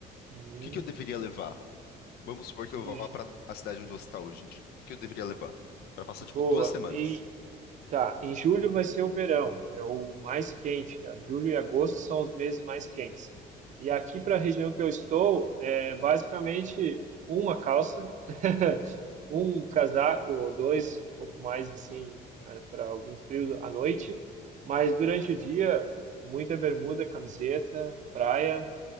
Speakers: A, on the right; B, on the left.
A: uhum.
B: que que eu deveria levar? Vamos supor que eu
A: E,
B: vá pra a cidade onde você está hoje em dia. O que eu deveria levar? Pra passar,
A: boa.
B: tipo, duas semanas.
A: Tá, em julho vai ser o verão, é o mais quente. a Julho e agosto são os meses mais quentes. E aqui para a região que eu estou, é basicamente uma calça, <laughs> um casaco ou dois, um pouco mais assim, para algum frio à noite. Mas durante o dia, muita bermuda, camiseta, praia,